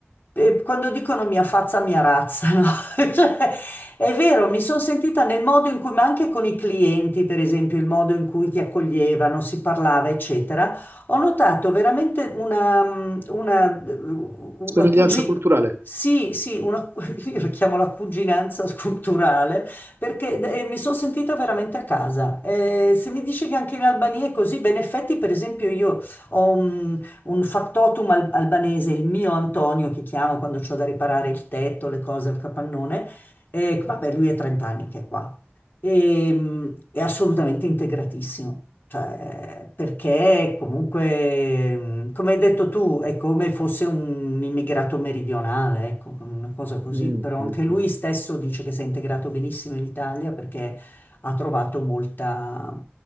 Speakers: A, on the left; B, on the right.
A: Eh, Quando dicono mia fazza, mia razza, no? <laughs> Cioè, è vero, mi sono sentita nel modo in cui, ma anche con i clienti, per esempio, il modo in cui ti accoglievano, si parlava, eccetera, ho notato veramente una, mm, una, mm, una
B: Somiglianza
A: cugi-
B: culturale.
A: Sì, sì, una, <laughs> io la chiamo la cuginanza culturale perché eh, mi sono sentita veramente a casa. Eh, se mi dici che anche in Albania è così, beh, in effetti, per esempio, io ho un, un factotum al- albanese, il mio Antonio che chiamo quando ho da riparare il tetto, le cose, il capannone. E, vabbè, lui è 30 anni che è qua. E, mh, è assolutamente integratissimo, cioè, perché comunque, mh, come hai detto tu, è come fosse un immigrato meridionale, ecco, una cosa così,
B: Mm,
A: però
B: mm,
A: anche lui
B: mm.
A: stesso dice che si è integrato benissimo in Italia perché ha trovato molta,